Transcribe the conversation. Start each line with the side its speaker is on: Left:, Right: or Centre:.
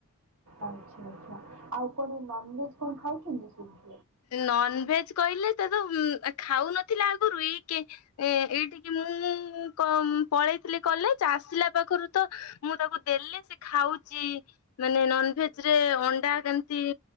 Right: ଆଛା ଆଛା ଆଉ କଣ ନନ ଭେଜ କଣ ଖାଉଛନ୍ତି କି
Left: ନନ ଭେଜ କହିଲେ ତ ତ ଖାଉନଥିଲା ଆଗରୁ ଏକେ ଏ ଏଇଠିକି ମୁଁ ପଳେଇଥିଲି କଲେଜ ଆସିଲା ପାଖରୁ ତ ମୁଁ ତାକୁ ଦେଲେ ସେ ଖାଉଛି ମାନେ ନନଭେଜ ରେ ଅଣ୍ଡା ଯେମିତି